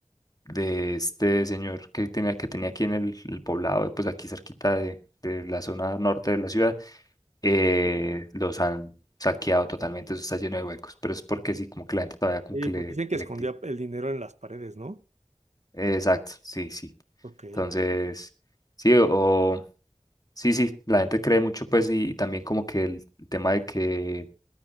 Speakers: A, on the left (about 35°); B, on the right (about 85°).
A: de este señor que tenía, que tenía aquí en el, el poblado, pues aquí cerquita de, de la zona norte de la ciudad, eh, los han saqueado totalmente, eso está lleno de huecos, pero es porque sí, como que la gente todavía como
B: Sí,
A: que
B: porque
A: le...
B: dicen que
A: le-
B: escondía el dinero en las paredes, ¿no?
A: exacto, sí, sí.
B: Ok,
A: Entonces,
B: ok.
A: sí, o... Sí, sí, la gente cree mucho, pues, y y también como que el el tema de que,